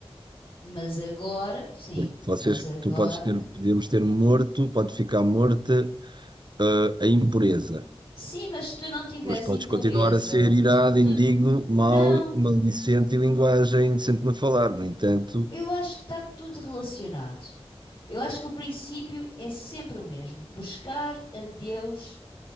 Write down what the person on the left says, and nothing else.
Mas agora, sim,
mas agora.
Sim, mas se tu não tiveres
impureza,
se tu...
não.
Eu acho que está tudo relacionado. Eu acho que o princípio é sempre o mesmo: buscar a Deus